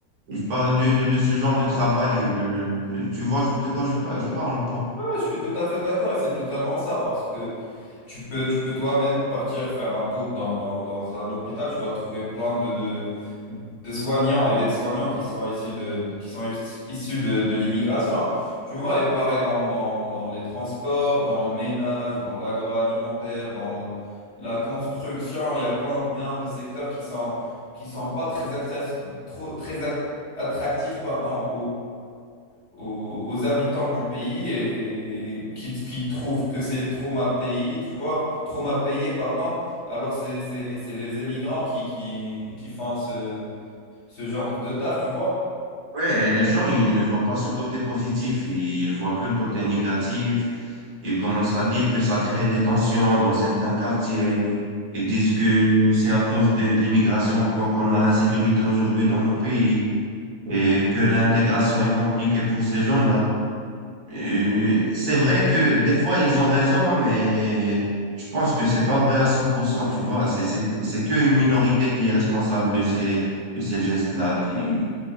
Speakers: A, on the right (about 80°); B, on the left (about 50°).
A: Je parle de, de, de ce genre de travail.
B: Ouais.
A: Le- le- tu vois de quoi je, par- je parle ou pas?
B: Ouais, ouais, je suis tout à fait d'accord et c'est totalement ça parce que Tu peux, tu peux toi-même partir faire un tour dans, dans, dans un hôpital. Tu vas trouver plein de, de, de soignants et d'aides-soignants qui sont issus de, qui sont is- issus de, de l'immigration. Tu vois, et pareil dans, dans, dans les transports, dans le ménage, dans l'agroalimentaire, dans l- la construction. Il y a plein, plein de secteurs qui sont, qui sont pas très, access- trop, très ac- attractifs, pardon, aux, aux habitants du pays et qui, qui trouvent que c'est trop mal payé, tu vois, trop mal payé, pardon. Alors c'est, c'est, c'est les émigrants qui, qui, qui font ce, ce genre de taf, tu vois.
A: Ouais, les gens, ils ne voient pas ce côté positif, ils voient que le côté négatif. Ils commencent à dire que ça crée des tensions dans certains quartiers. Ils disent que c'est à cause de, de l'immigration qu'on qu'on a l'insécurité aujourd'hui dans nos pays et que l'intégration est compliquée pour ces gens-là. Euh, C'est vrai que des fois, ils ont raison, mais je pense que c'est pas vrai à 100%, tu vois. C'est, c'est, c'est qu'une minorité qui est responsable de ces, de ces gestes-là. Qui,